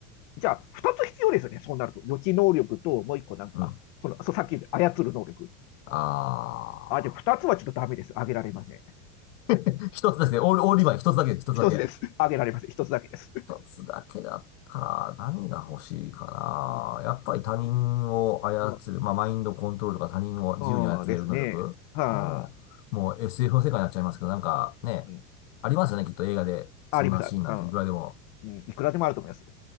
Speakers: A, on the left; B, on the left.
A: じゃあ、二つ必要ですよね。そうなると。予知能力と、もう一個なんか、
B: うん。
A: その、そう、さっき言った操る能力。
B: あ
A: あ、でも二つはちょっとダメです。あげられません。
B: ー。<laughs> 一つですね。オール、オールリバイン、一つだけです、一つだけ。
A: 一つです。あげられません。一つだけです。
B: 一つだけだったら何が欲しいか
A: うん、うん、
B: な。やっぱり他人を操る、
A: うん。
B: まあ、マインドコントロールとか他人を自由に操れる能力。
A: そうですね。はあ、
B: うん。もう SF の世界になっちゃいますけど、なんかね、
A: うん。
B: ありますよね、きっと映画で。
A: あ、
B: そんなシーンなんていくらでも。
A: ありました。さんうん、いくらでもあると思います。